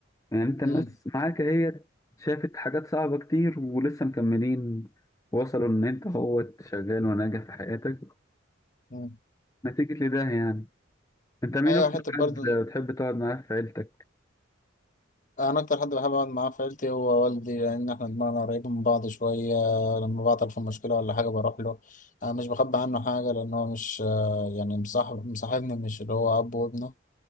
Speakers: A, on the left (about 15°); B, on the left (about 40°).
A: يعني أنت الناس
B: مم.
A: معاك هي شافت حاجات صعبة كتير ولسه مكملين وصلوا إن أنت هو شغال وناجح في حياتك
B: مم.
A: نتيجة لده يعني أنت مين
B: ايوه
A: أكتر
B: حتى برضه
A: حد بتحب تقعد معاه في عيلتك؟
B: انا اكتر حد بحب اقعد معاه في عيلتي هو والدي لان احنا دماغنا قريبه من بعض شويه لما بعطل في مشكله ولا حاجه بروح له انا مش بخبي عنه حاجه لان هو مش آه، يعني مصاحب مصاحبني مش اللي هو اب وابنه